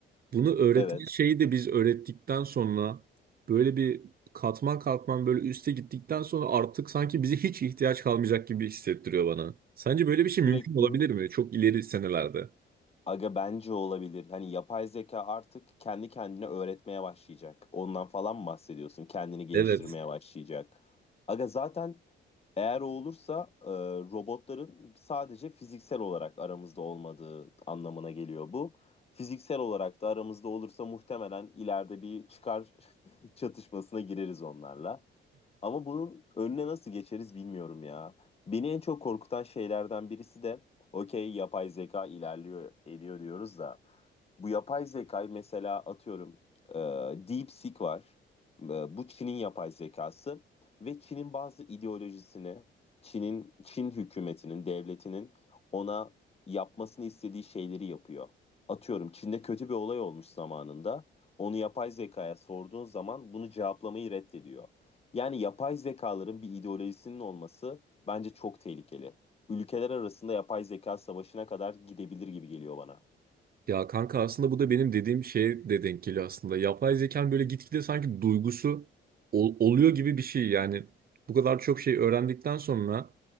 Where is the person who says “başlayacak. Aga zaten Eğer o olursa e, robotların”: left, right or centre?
Left